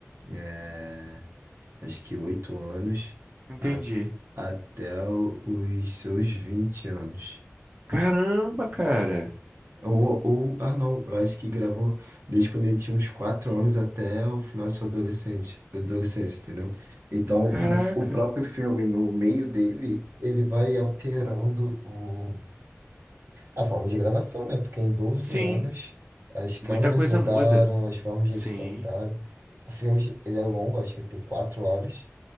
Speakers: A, on the right; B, on the right.
A: é, acho que 8 anos
B: Entendi.
A: a- até o- os seus 20 anos.
B: Caramba, cara.
A: Ou, ou, ah não, eu acho que gravou desde quando ele tinha uns 4 anos até o final da sua adolescente, adolescência, entendeu? Então,
B: Caraca.
A: o, o próprio filme, no meio dele, ele vai alterando o, a forma de gravação, né? Porque em doze
B: Sim,
A: anos, as câmeras
B: muita coisa
A: mudaram,
B: muda.
A: as formas de
B: Sim.
A: edição mudaram. O filme, ele é longo, acho que ele tem quatro horas,